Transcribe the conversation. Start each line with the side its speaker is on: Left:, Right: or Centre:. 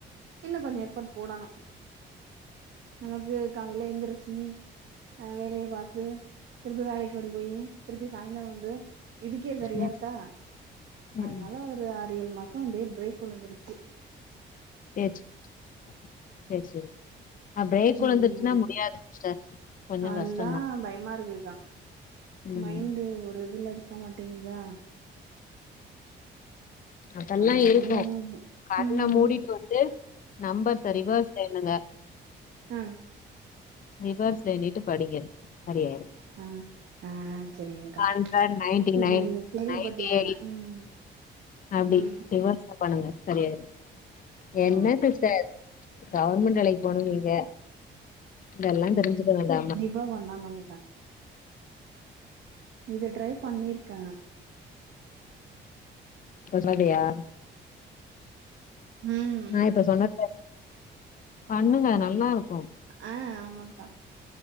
Right: இன்னு கொஞ்சோ எஃபர்ட் போடணு நமக்கு காலைல எந்திரிச்சி ஆ வேலய பாத்து திருப்பி வேலைக் ஓடி போயி திருப்பி சாய்ந்தரோ வந்து இதுக்கே சரியா
Left: ம்
Right: இருக்கா
Left: ம்
Right: அதனால
Left: ம்
Right: ஒரு அறு ஏழு மாசோ அப்டியே பிரேக் உழுந்துருச்சி
Left: சேர் சேர் செரி செரி அ பிரேக் உழுந்துருச்சுன்னா
Right: ம் ம்
Left: முடி முடியாது சிஸ்டர் கொஞ்சம்
Right: அதுதா
Left: கஷ்டம்தான்
Right: பயமாருக்குகா மைண்ட்
Left: ம்
Right: ஒரு இதுல இருக்க மாட்டேங்குதா <inaudible>
Left: அதெல்லா
Right: பல யோசனைகள்
Left: இருக்கு கண்ண
Right: ம்
Left: மூடிட்டு வந்து நம்பர்ச ரிவர்ஸ்ல எண்ணுங்க
Right: உம்
Left: ரிவர்ஸ்ல எண்ணிட்டு படிங்க சரியாயிறு
Right: ஹ ஹ செரிங்கா
Left: ஹண்ட்ரட் நைன்டி
Right: இது
Left: நைன்
Right: கேள்விப்பட்டிற்ற
Left: நைன்டி எயிட்
Right: ம்
Left: அப்டி
Right: ம்
Left: ரிவர்ஸ்ல பண்ணுங்க சரியாயிரு என்ன
Right: ஆ
Left: சிஸ்டர் கவர்மெண்ட் வேலைக்கு போனு நீங்க இதல்லா தெரிஞ்சுக்க வேண்டாமா
Right: ரோபோன்னா நாமுக்தா இது ட்ரை பண்ணிருக்க
Left: <unintelligible> யா
Right: ம்
Left: நான் இப்ப சொன்னத பண்ணுங்க நல்லா இருக்கு
Right: ஆஹ் ஆமாங்கா